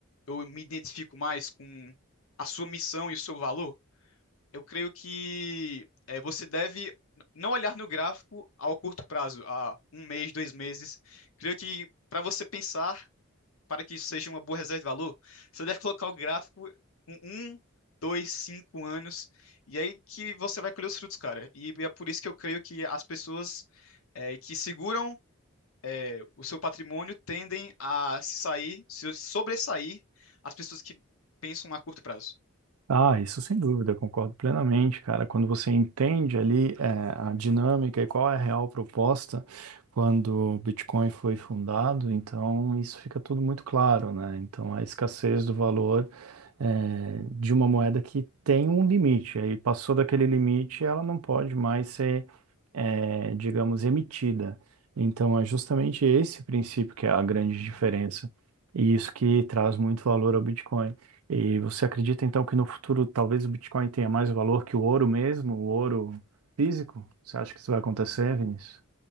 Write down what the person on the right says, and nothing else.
Ah, isso sem dúvida, eu concordo plenamente, cara. Quando você entende ali eh, a dinâmica e qual é a real proposta quando o Bitcoin foi fundado, então isso fica tudo muito claro, né? Então a escassez do valor é, de uma moeda que tem um limite. Aí passou daquele limite, ela não pode mais ser, é, digamos, emitida. Então é justamente esse princípio que é a grande diferença. E isso que traz muito valor ao Bitcoin. E você acredita então que no futuro talvez o Bitcoin tenha mais valor que o ouro mesmo, o ouro físico? Você acha que isso vai acontecer, Vinícius?